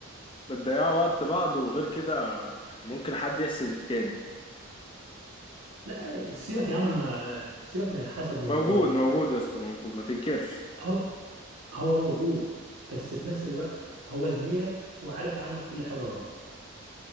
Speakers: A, on the left; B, on the right.
A: بتضيعوا وقت بعض وغير كده يعني ممكن حد يحسد التاني
B: لا سيبك يا عم ما سيبك من الحسد والموضوع
A: موجود
B: ده
A: موجود يا اسطى موجود ما تنكرش
B: هو هو موجود بس في نفس الوقت هو زميلك وعارف عنك كل حاجه برضه